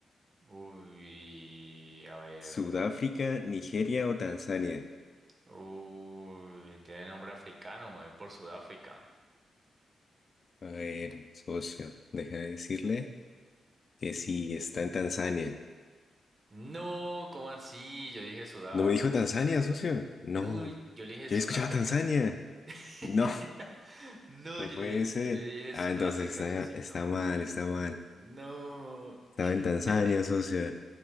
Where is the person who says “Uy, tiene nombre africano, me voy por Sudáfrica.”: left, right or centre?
Right